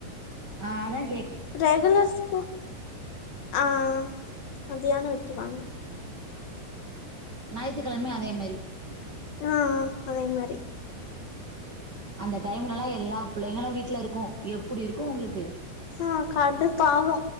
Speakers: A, on the right; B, on the left.
A: ஆ அதா கே
B: ரெகுலர் ஸ்கூ ஆ மதியான விட்ருவாங்
A: ஞாயித்து கெழமயு அதே மாரி
B: ம்ம் அதே மாரி
A: அந்த டைம்லல்லா எல்லா புள்ளைங்களு வீட்லருக்கு எப்புடி இருக்கு ஒங்ளுக்கு
B: ஆ கடுப்பாகு